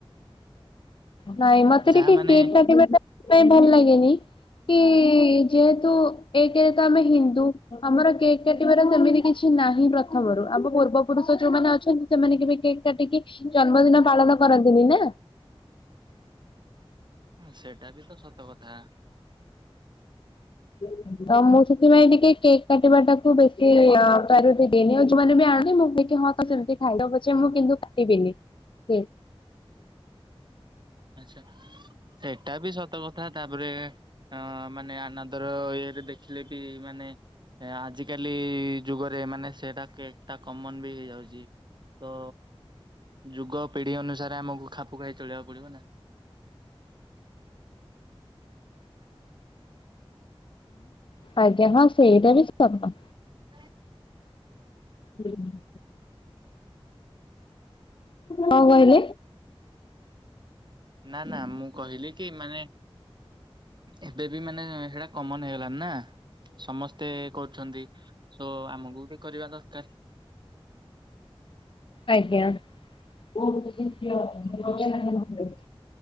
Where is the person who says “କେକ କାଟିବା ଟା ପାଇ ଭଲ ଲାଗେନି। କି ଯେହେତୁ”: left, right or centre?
Left